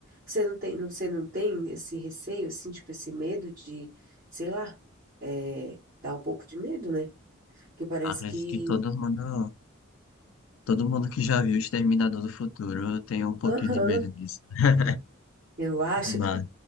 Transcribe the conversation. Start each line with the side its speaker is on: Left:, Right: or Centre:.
Right: Você não tem, você não tem esse receio, assim, tipo esse medo de, sei lá, é, dá um pouco de medo, né? Que parece
Left: Acredito
Right: que
Left: que todo mundo, todo mundo que já viu Exterminador do Futuro tem um pouquinho
Right: <laughs> Aham,
Left: de medo disso, né?
Right: eu acho.
Left: Mate,